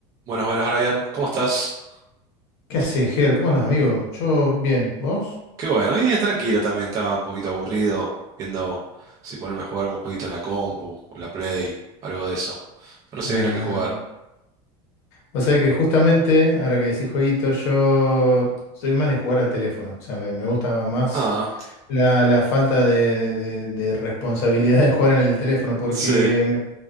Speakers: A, on the right; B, on the left.
A: Buenas, buenas, Brian. ¿Cómo estás?
B: ¿Qué haces, Ger? ¿Cómo andás, amigo? Yo bien, ¿vos?
A: Qué bueno, bien, tranquilo también. Estaba un poquito aburrido viendo si ponerme a jugar algún jueguito en la compu o en la Play, algo de eso. Pero no sé
B: Nah.
A: bien a qué jugar.
B: Vos sabés que justamente, ahora que decís jueguito, yo soy más de jugar al teléfono. O sea, me, me gusta más
A: Ah,
B: la, la falta de, de- de- de responsabilidad de jugar en el teléfono, porque
A: sí,
B: me,